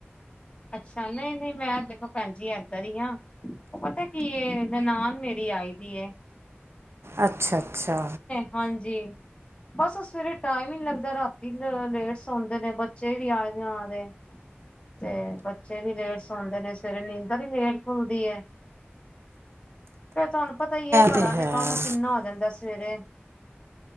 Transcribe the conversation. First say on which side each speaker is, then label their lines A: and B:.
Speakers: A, on the left (about 25°); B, on the right (about 80°).
A: ਅੱਛਾ ਨਹੀਂ- ਨਹੀਂ ਮੈਂ ਦੇਖੋ ਭੈਣ ਜੀ ਇੱਧਰ ਹੀ ਹਾਂ। ਉਹ ਪਤਾ ਕੀ ਏ ਨਨਾਨ ਮੇਰੀ ਆਈ ਦੀ ਏ।
B: ਅੱਛਾ- ਅੱਛਾ।
A: ਹਾਂਜੀ। ਬਸ ਓ ਸਵੇਰੇ ਟਾਈਮ ਹੀ ਲੱਗਦਾ ਰਾਤੀ ਲੇਟ ਸੌਨਦੇ ਜੇ ਬੱਚੇ ਵੀ ਆਏ ਦੇ ਉਹਨਾਂ ਦੇ। ਤੇ ਬੱਚੇ ਵੀ ਲੇਟ ਸੌਂਦੇ ਨੇ ਸਵੇਰੇ ਨੀਂਦਰ ਵੀ ਲੇਟ ਖੁੱਲਦੀ ਹੈ। ਫੇਰ ਤੁਹਾਨੂੰ ਪਤਾ ਹੀ ਇਹ
B: ਤੇ
A: ਘਰਾਂ ਦੇ
B: ਹੈ
A: ਕੰਮ ਕਿੰਨਾ ਹੋ ਜਾਂਦਾ ਸਵੇਰੇ।